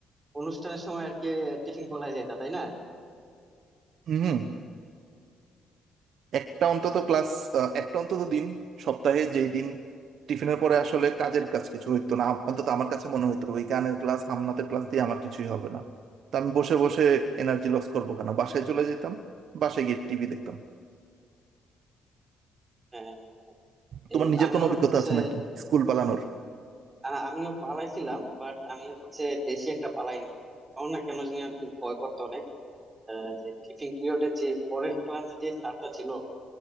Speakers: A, on the right; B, on the right.
A: অনুষ্ঠানের সময় আর কি টিফিন পালাই যেতা তাই না
B: হম একটা অন্তত ক্লাস আহ, একটা অন্তত দিন সপ্তাহে যেই দিন টিফিনের পরে আসলে কাজের কাজ কিছু হইতো না আম- অন্তত আমার কাছে মনে হইতো ওই গানের ক্লাস হামনাতের ক্লাস দিয়ে আমার কিছুই হবে না তো আমি বসে বসে এনার্জি লস করবো কেন বাসায় চলে যেতাম বাসায় গিয়ে টিভি দেখতাম
A: হ্যাঁ এ,
B: তোমার নিজের
A: আমিও
B: কোনো অভিজ্ঞতা
A: হচ্ছে
B: আছে নাকি স্কুল পালানোর
A: আ- আমিও পালাইছিলাম বাট আমি হচ্ছে বেশি একটা পালাইনি আমার না কেন জানি একটু ভয় করতো অনেক আহ, যে টিফিন পিরিয়ডে যে পরের ক্লাসে যে স্যারটা ছিল